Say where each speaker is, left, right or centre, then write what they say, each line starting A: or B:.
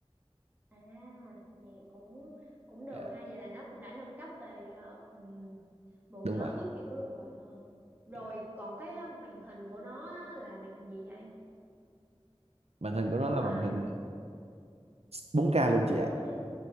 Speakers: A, on the right; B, on the right.
A: À, vậy cũng cũng được
B: dạ
A: ha, vậy là nó cũng đã nâng cấp về ờ, ừm, bộ
B: đúng
A: nhớ
B: vậy
A: cái kiểu rồi rồi ha. Rồi
B: dạ.
A: còn cái ờ, màn hình của nó á, là màn hình gì vậy em?
B: màn hình của nó
A: Nếu
B: là
A: mà
B: màn hình 4K
A: ừ
B: luôn
A: em
B: chị ạ
A: nói đi,